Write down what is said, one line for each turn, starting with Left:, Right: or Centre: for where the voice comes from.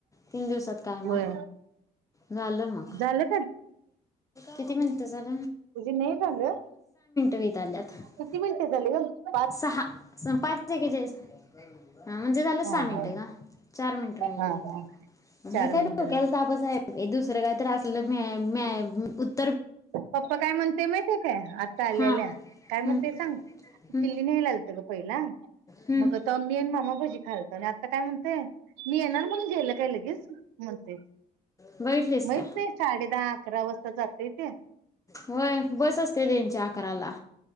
Left: तीन दिवसात काय
Right: होय
Left: म झालं मग
Right: झालं
Left: किती मिन्टं झाल
Right: म्हजे नाही झाले
Left: वीत आल्यात
Right: किती मिनटे झाले ग पाच.
Left: सहा स- पाच टेके जेस हां म्हणजे झालं सहा
Right: हा
Left: मिनटं
Right: हा
Left: गा चार मिनटं राहिल्यात,
Right: हा हा
Left: हे
Right: चार
Left: काय
Right: मिनिटं
Left: डोक्याल तापच आय ए दुसरं काय तर असलं मॅ-मॅ म उत <unintelligible>
Right: पप्पा काय म्हणते माहितंय काय, आत्ता आल्याआल्या
Left: हां
Right: काय म्हणते,
Left: हं,
Right: सांग
Left: हं,
Right: किल्ली न्यायला आलतं गं पहिला‌‌
Left: हं.
Right: मग आता मी न मामा ब खालता आनी आत्ता काय म्हणतंय मी येणार, म्हणून गेलं काय लगेच? मते!
Left: बघितलीस
Right: महित
Left: का
Right: नाही साडे दहा अकरा वसता जातय त्या.
Left: वय बस असते त्यांची अकराला